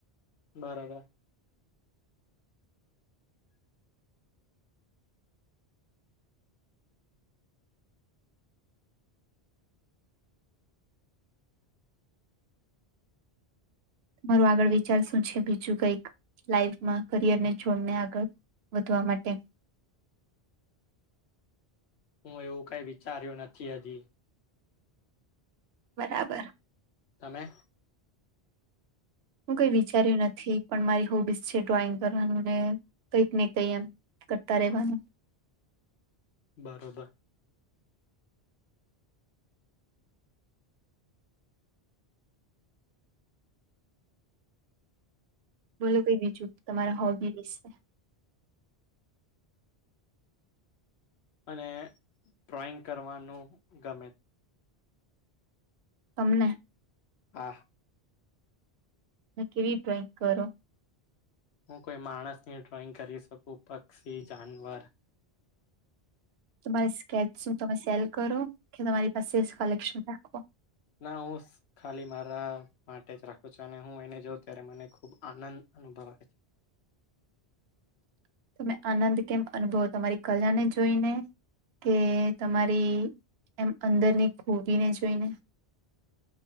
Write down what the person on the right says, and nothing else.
તમારું આગળ વિચાર શું છે, બીજું કઈક લાઈફમાં કરિયરને છોડને આગળ વધવા માટે.
બરાબર.
હું કઈ વિચાર્યું નથી. પણ મારી હોબીસ છે, ડ્રોઈંગ કરવાનું ને કઈક ને કઈ એમ કરતા રેવાનું
બોલો કઈ બીજું તમારા હોબી વિશે.
તમને?
ને કેવી ડ્રોઈંગ કરો?
તમારી સ્કેચ શું તમે સેલ કરો કે તમારી પાસેે જ કલેક્શન રાખો.
<inaudible> તમે આનંદ કેમ અનુભવ તમારી કલાને જોઈને? કે તમારી એમ અંદરની ખૂબીને જોઈને? <inaudible>